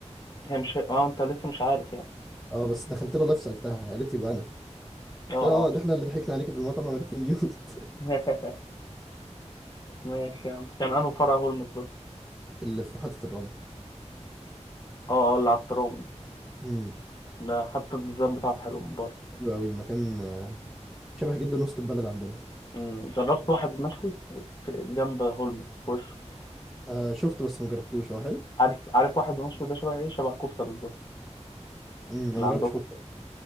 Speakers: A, on the left (about 35°); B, in the centre.
A: هي مش اه انت لسه مش عارف يعني
B: اه بس دخلت لها لايف سالتها قالت يبقى انا
A: اه
B: قلت لها
A: اه
B: اه ده احنا اللي ضحكنا عليكي في المطعم عملت لي ميوت
A: <laughs> ماشي يا عم كان انه فرع هو المترو
B: <laughs> اللي في محطه الرمل
A: اه اه اللي على الترام
B: امم
A: ده حتى الديزاين بتاعه حلو من بره
B: حلو قوي المكان آه، شبه جدا وسط البلد عندنا
A: أمم، جربت واحد مشوي في جنب هولمز في وش
B: آه شفته بس ما جربتوش هو حلو
A: عارف عارف واحد مشوي ده شبه ايه شبه كفته بالظبط
B: امم انا
A: اللي
B: ما
A: عندكم
B: جربتش كفته